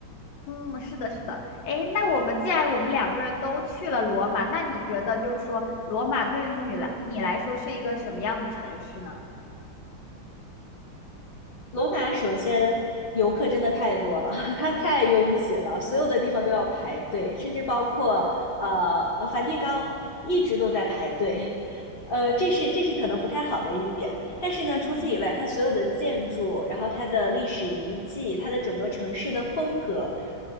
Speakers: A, on the left (about 70°); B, on the left (about 90°).
A: 嗯，是的，是的。哎，那我们既然我们两个人都去了罗马，那你觉得就是说罗马对于你来你来说是一个什么样的城市呢？
B: 罗马首先游客真的太多了，<laughs> 它太拥挤了，所有的地方都要排队，甚至包括呃呃梵蒂冈一直都在排队，呃，这是这是可能不太好的一点。但是呢，
A: 嗯。
B: 除此以外，它所有的建筑，然后它的历史遗迹，它的整个城市的风格，